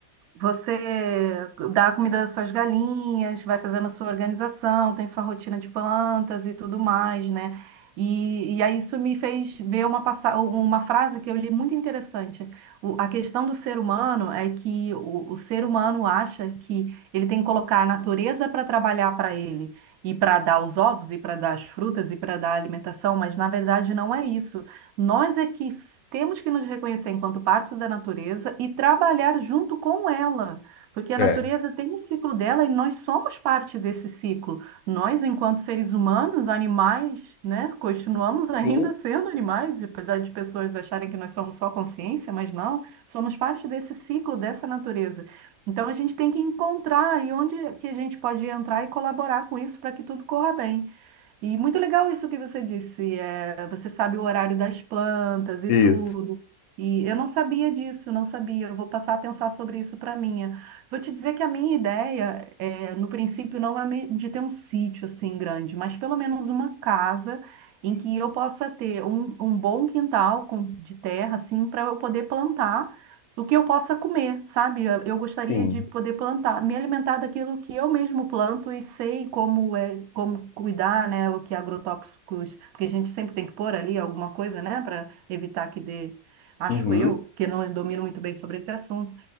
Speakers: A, on the right (about 85°); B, on the left (about 85°).
A: Você dá a comida das suas galinhas, vai fazendo a sua organização, tem sua rotina de plantas e tudo mais, né? E, e aí isso me fez ver uma, passa- uma frase que eu li muito interessante. O- a questão do ser humano é que o, o ser humano acha que ele tem que colocar a natureza para trabalhar para ele, e para dar os ovos, e para dar as frutas, e para dar a alimentação, mas na verdade não é isso. Nós é que temos que nos reconhecer enquanto parte da natureza e trabalhar junto com ela, porque a
B: É.
A: natureza tem um ciclo dela e nós somos parte desse ciclo. Nós, enquanto seres humanos, animais, né, continuamos <laughs> ainda
B: Sim.
A: sendo animais, apesar de pessoas acharem que nós somos só consciência, mas não, somos parte desse ciclo, dessa natureza. Então a gente tem que encontrar aí onde é que a gente pode entrar e colaborar com isso para que tudo corra bem. E muito legal isso que você disse, é, você sabe o horário das plantas e
B: Isso.
A: tudo. E eu não sabia disso, não sabia. Eu vou passar a pensar sobre isso para minha. Vou te dizer que a minha ideia, é, no princípio, não é me- de ter um sítio assim grande, mas pelo menos uma casa em que eu possa ter um, um bom quintal com- de terra, assim, para eu poder plantar do que eu possa comer, sabe? Eu eu gostaria
B: Sim.
A: de poder plantar, me alimentar daquilo que eu mesmo planto e sei como é, como cuidar, né? O que agrotóxicos, porque a gente sempre tem que pôr ali alguma coisa, né, para evitar que dê, acho
B: Uhum.
A: eu, que não domino muito bem sobre esse assunto.